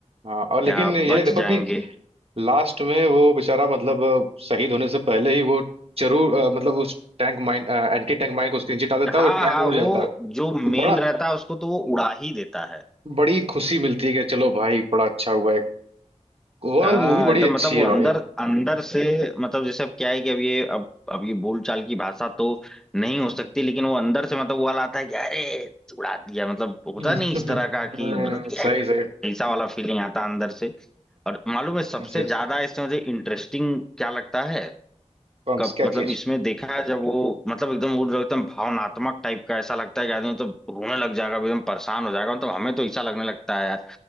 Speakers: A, on the right; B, in the centre.
A: हाँ और लेकिन
B: या
A: ये
B: बच
A: देखो
B: जाएंगे
A: कि लास्ट में वो बेचारा मतलब शहीद होने से पहले ही वो जरूर अ, मतलब उस tank mine anti tank mine को उसके नीचे डाल देता
B: हाँ
A: है वो टैंक
B: हाँ
A: उड़
B: वो
A: जाता
B: जो
A: है
B: मेल
A: बड़ा
B: रहता है उसको तो वो उड़ा ही देता है
A: बड़ी खुशी मिलती है कि चलो भाई बड़ा अच्छा हुआ ओवरऑल
B: हाँ
A: मूवी बड़ी
B: एकदम
A: अच्छी
B: मतलब वो
A: है
B: अंदर
A: भाई <laughs>
B: अंदर से मतलब जैसे अब क्या है कि अब ये अब अब ये बोलचाल की भाषा तो नहीं हो सकती लेकिन वो अंदर से मतलब वो वाला आता है कि अरे उड़ा दिया मतलब होता
A: हम्म,
B: नहीं इस तरह का
A: हम्म,
B: कि मतलब ये
A: सही सही
B: ऐसा वाला फीलिंग आता है अंदर से और मालूम है सबसे
A: सही सही
B: ज्यादा इसमें मुझे इंटरेस्टिंग क्या लगता है
A: कौन
B: कब
A: क्या
B: मतलब
A: चीज
B: इसमें देखा है जब वो मतलब एकदम वो जो एकदम भावनात्मक टाइप का ऐसा लगता है कि आदमी तो रोने लग जाएगा एकदम परेशान हो जाएगा मतलब हमें तो ऐसा लगने लगता है यार